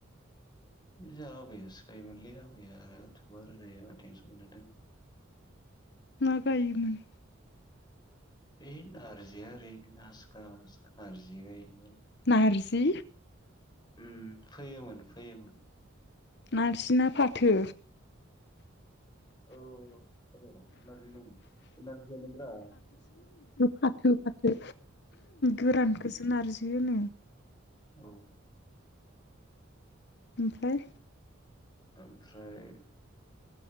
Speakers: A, on the left; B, on the left.
A: जोंहा आबैयासो गायोमोनलै । आबैया आबैयाथ गैला दा बारा थेनसन गैला दायो।
B: मा गायमोन?
A: ओइ नारजि आरि बिदिनो आजखा आजखा नराजि गायो <inaudible>
B: नारजि?
A: उम फोयोमोन फोयोमोन।
B: नारजि ना फाथो।
A: औ र नारजि नङा नारजिया नोब्रा।
B: फाथो फाथो। गोरानखौ सो नारजि होनो।
A: औ।
B: ओमफ्राय
A: ओमफ्राय